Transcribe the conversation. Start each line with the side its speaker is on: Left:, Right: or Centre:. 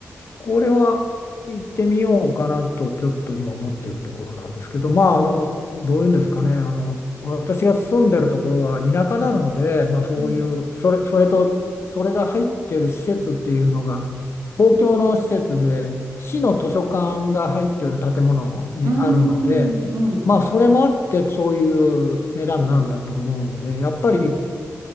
Left: これは行ってみようかなとちょっと今思ってるところなんですけど、まあ、あのどういうんですかね、あの私が住んでるところは田舎なので、まあ、そういうそれ、
Right: うん、
Left: それとそれが入ってる施設っていうのが公共の施設で市の図書館が入ってる建物にあるので、
Right: うん、うん、
Left: まあ、それもあってそういう値段なんだと思うので、やっぱり、
Right: うん、